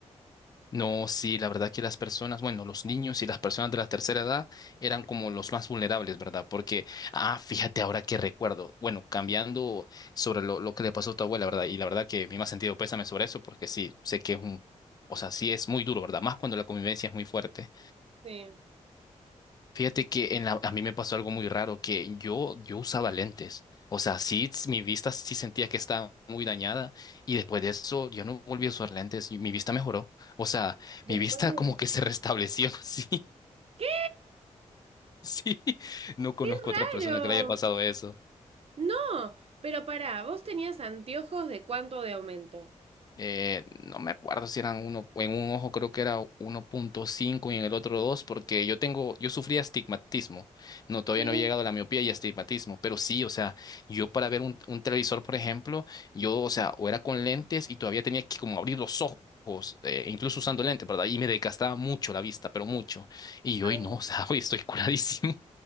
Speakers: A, on the left; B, on the right.
A: No, sí, la verdad que las personas, bueno, los niños y las personas de la tercera edad eran como los más vulnerables, ¿verdad? Porque, ah, fíjate ahora que recuerdo, bueno, cambiando sobre lo, lo que le pasó a tu abuela, ¿verdad? Y la verdad que me ha sentido pésame sobre eso, porque sí, sé que es un, o sea, sí es muy duro, ¿verdad? Más cuando la convivencia es muy fuerte.
B: Sí.
A: Fíjate que en la- a mí me pasó algo muy raro, que yo, yo usaba lentes. O sea, sí, s- mi vista sí sentía que estaba muy dañada y después de eso yo no volví a usar lentes y mi vista mejoró. O sea,
B: Después
A: mi vista
B: de...
A: como que se restableció. <laughs> Sí,
B: ¿Qué?
A: sí. No conozco
B: ¡Qué raro!
A: otra persona que le haya pasado eso.
B: No, pero pará, vos tenías anteojos de cuánto de aumento.
A: Eh, no me acuerdo si eran uno, en un ojo creo que era 1.5 y en el otro 2 porque yo tengo, yo sufría astigmatismo. No, todavía
B: Sí.
A: no he llegado a la miopía y astigmatismo, pero sí, o sea, yo para ver un, un televisor, por ejemplo, yo, o sea, o era con lentes y todavía tenía que como abrir los ojos. eh, incluso usando lentes, ¿verdad? Y me desgastaba mucho la vista, pero mucho. Y hoy
B: Ay,
A: no, o sea, <laughs> hoy estoy curadísimo.